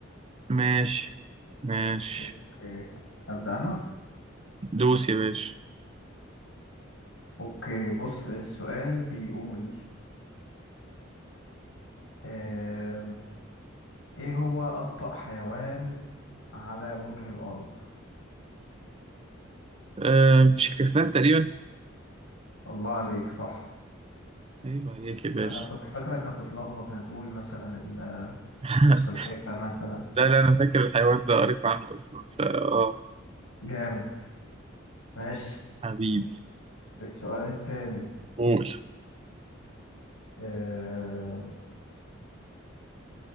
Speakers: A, on the right; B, on the left.
A: ماشي ماشي
B: اوكي أبدأ أنا
A: دوس يا باشا
B: اوكي بص السؤال بيقول آم، ايه هو أبطأ حيوان على وجه الأرض
A: آه مش كسلان تقريبا
B: الله عليك صح
A: ايوه عليك يا باشا
B: انا كنت فاكرك هتتلخبط هتقول مثلا ال-
A: <laughs>
B: السلحفة مثلا
A: لا لا انا فاكر الحيوان ده قريت عنه اصلا فا اه
B: جامد ماشي
A: حبيبي
B: السؤال التاني
A: قول
B: آه،